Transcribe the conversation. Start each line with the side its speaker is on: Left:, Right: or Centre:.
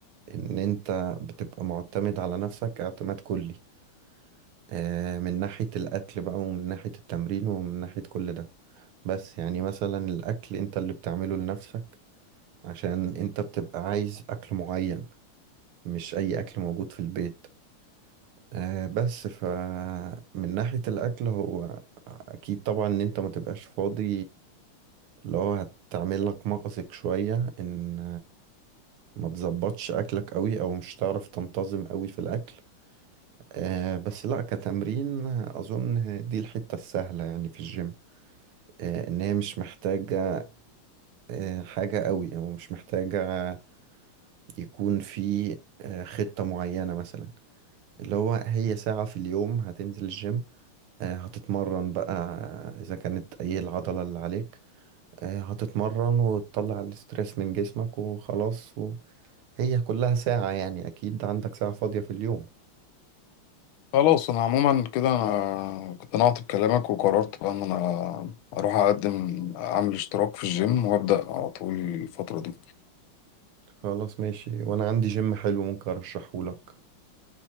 Right: ان انت بتبقى معتمد على نفسك اعتماد كلي آه، من ناحية الاكل بقى ومن ناحية التمرين ومن ناحية كل ده بس يعني مثلا الاكل انت اللي بتعمله لنفسك عشان انت بتبقى عايز اكل معين مش اي اكل موجود في البيت آه، بس فمن ناحية الاكل هو اكيد طبعا ان انت ما تبقاش فاضي اللي هو هتعمل لك مأزق شوية ان ما تظبطش اكلك قوي او مش هتعرف تنتظم قوي في الاكل آه بس لا كتمرين اظن دي الحتة السهلة يعني في الجيم آه ان هي مش محتاجة آه حاجة قوي او مش محتاجة يكون في آه خطة معينة مثلا اللي هو هي ساعة في اليوم هتنزل الجيم آه هتتمرن بقى آه، اذا كانت اي العضلة اللي عليك آه هتتمرن وتطلع الاسترس من جسمك وخلاص وهي كلها ساعة يعني اكيد عندك ساعة فاضية في اليوم
Left: خلاص أنا عموما كده أنا اقتنعت بكلامك وقررت بقى إن أنا أروح أقدم أعمل اشتراك في الجيم وأبدأ على طول الفترة دي
Right: خلاص ماشي وانا عندي جيم حلو ممكن ارشحهولك